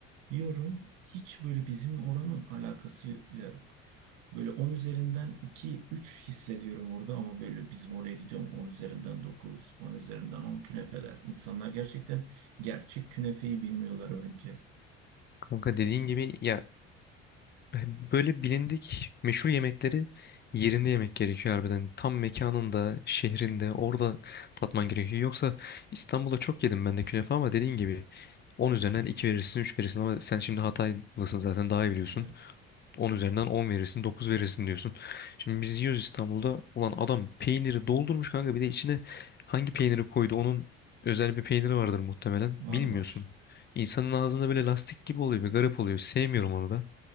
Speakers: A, on the right; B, on the left.
A: Yiyorum hiç böyle bizim oranın alakası yok. Böyle 10 üzerinden iki üç hissediyorum orada ama böyle bizim oraya gidiyorum 10 üzerinden dokuz 10 üzerinden 10 künefeler. İnsanlar gerçekten gerçek künefeyi bilmiyorlar bence.
B: Kanka dediğin gibi ya böyle bilindik meşhur yemekleri yerinde yemek gerekiyor harbiden. Tam mekanında, şehrinde, orada tatman gerekiyor. Yoksa İstanbul'da çok yedim ben de künefe ama dediğin gibi 10 üzerinden 2 verirsin, 3 verirsin ama sen şimdi Hataylısın zaten daha iyi biliyorsun.
A: Evet,
B: 10 üzerinden 10 verirsin, 9 verirsin diyorsun. Şimdi biz yiyoruz İstanbul'da. Ulan adam peyniri doldurmuş kanka. Bir de içine hangi peyniri koydu? Onun özel bir peyniri vardır muhtemelen.
A: var
B: Bilmiyorsun.
A: var.
B: İnsanın ağzında böyle lastik gibi oluyor. Bir garip oluyor. Sevmiyorum onu da.